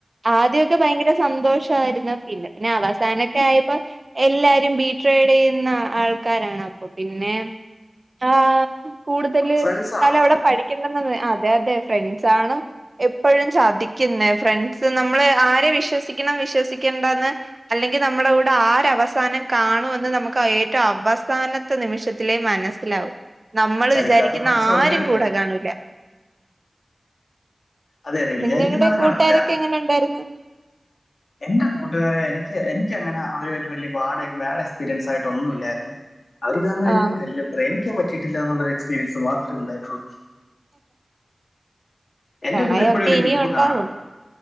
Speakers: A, on the right; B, on the left.
A: ആദ്യക്കെ ഭയങ്കര സന്തോഷായിരുന്നു പിന്നെ പിന്നെ അവസാനൊക്കെ ആയപ്പോ എല്ലാരും ബി ട്രൈഡ് ചെയ്യുന്ന ആൾക്കാരാണ്. അപ്പോ പിന്നെ ആഹ് കൂടുതല്
B: ഫ്രണ്ട്സ് ആണോ
A: കാലവടെ പഠി ക്യന്നുന്ന് അതെ അതെ ഫ്രണ്ട്സാണ് എപ്പഴും ചതിക്കുന്ന ഫ്രണ്ട്സ് നമ്മള് ആരെ വിശ്വസിക്കണം വിശ്വസിക്കണ്ടന്ന് അല്ലെങ്കിൽ നമ്മുടെ കൂടെ ആരവസാനം കാണുമെന്ന് നമുക്ക് ഏറ്റവും അവസാന പത്ത നിമിഷത്തിലേ മനസ്സിലാവും നമ്മൾ
B: ചതിക്കാത്ത
A: വിചാരിക്കുന്ന
B: ഫ്രണ്ട്സും
A: ആരും
B: ഉണ്ട് കേട്ടോ
A: കൂടെ കാണൂല
B: അതെ അതെ
A: നിങ്ങളുടെ
B: വിചാരിക്കുന്ന ആൾ
A: കൂട്ടാരൊക്കെ
B: കാണത്തില്ല
A: എങ്ങനെ ഉണ്ടായിരുന്നു
B: എന്റെ കൂട്ടുകാര് എനിക്ക് എനിക്ക്ങ്ങനെ അവ വലിയ ബാഡ് ബാഡ് എക്സ്പീരിയൻസ് ആയിട്ട് ഒന്നും ഇല്ലായിരുന്നു അവര് കാരണം എനിക്ക്
A: ആഹ്
B: കല് പ്രേമിക്കാൻ പറ്റിയിട്ടില്ല എന്നുള്ളരു എക്സ്പീരിയൻസ് മാത്ര ഉണ്ടായിട്ടുള്ളൂ എന്റെ
A: പ്രണയൊക്കെ
B: കൂടെ എപ്പോഴും ഒരു
A: ഇനിയും
B: ഗ്രൂപ്പ്
A: ഉണ്ടാകും
B: കാണും